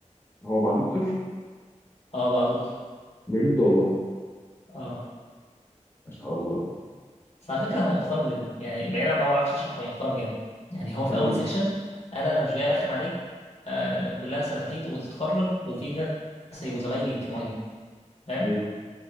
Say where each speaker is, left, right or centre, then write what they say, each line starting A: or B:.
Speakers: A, on the left; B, on the left.
A: هو بقى دكتور
B: اه بقى دكتور
A: بجد والله
B: اه
A: ما شاء الله
B: بس على فكره هو محترم جدا يعني بعيد عن ان هو ما بيعرفش يشرح هو محترم جدا يعني هو في
A: يعني
B: اول سيكشن قال انا مش جاي ارخم عليك آه انك كلها سنتين وتتخرج وفي ناس هيبقوا زمايلي كمالي فاهم
A: ايوه